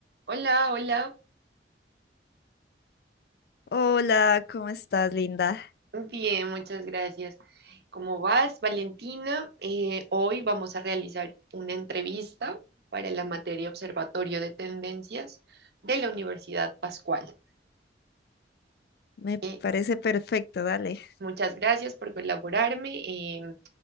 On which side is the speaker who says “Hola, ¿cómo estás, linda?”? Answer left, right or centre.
Left